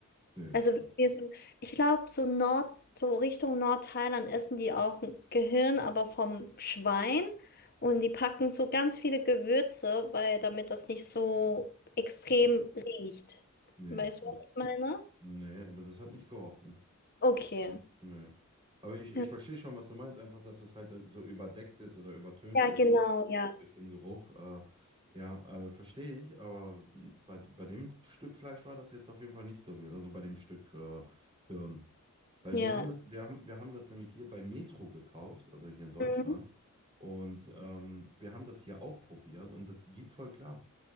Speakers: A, on the right (about 25°); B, on the left (about 45°).
A: Nee,
B: Also
A: also.
B: wenn wir so, ich glaube, so Nord, so Richtung Nordthailand essen die auch ein Gehirn, aber vom Schwein. Und die packen so ganz viele Gewürze, weil damit das nicht so extrem
A: Mhm.
B: riecht.
A: Nee,
B: Weißt
A: also,
B: du, was ich meine?
A: nee, aber das hat nicht gerochen.
B: Okay.
A: Nö. Aber ich, ich
B: Ja,
A: verstehe schon, was du meinst, einfach, dass das halt äh, so überdeckt ist oder übertönt
B: Ja,
A: ist
B: genau,
A: dann
B: ja.
A: durch den Geruch. Äh, ja, äh, verstehe ich, aber mh, bei, bei dem Stück Fleisch war das jetzt auf jeden Fall nicht so gewesen, also bei dem Stück äh, Hirn. Weil
B: Ja.
A: wir haben das, wir haben, wir haben das nämlich hier bei Metro gekauft, also hier in Deutschland.
B: Mhm.
A: Und ähm, wir haben das hier auch probiert und das geht voll klar.